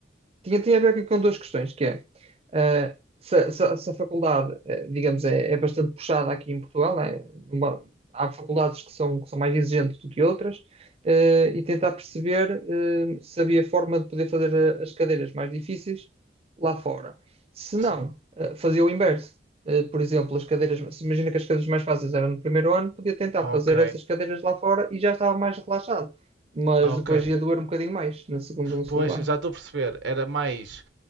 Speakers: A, on the right; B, on the right.
A: tinha, tinha a ver aqui com duas questões, que é ah, se, se- se a faculdade, eh, digamos, é, é bastante puxada aqui em Portugal, né? Uma- há faculdades que são, que são mais exigentes do que outras, eh, e tentar perceber eh, se havia forma de poder fazer eh, as cadeiras mais difíceis lá fora. Se não,
B: Sim.
A: eh, fazia o inverso. Eh, Por exemplo, as cadeiras, se imagina que as cadeiras mais fáceis eram no primeiro ano, podia tentar
B: Ok,
A: fazer essas cadeiras lá fora e já estava mais relaxado. Mas
B: ok.
A: depois ia doer um bocadinho mais na segunda, no
B: Pois,
A: segundo ano.
B: já estou a perceber. Era mais.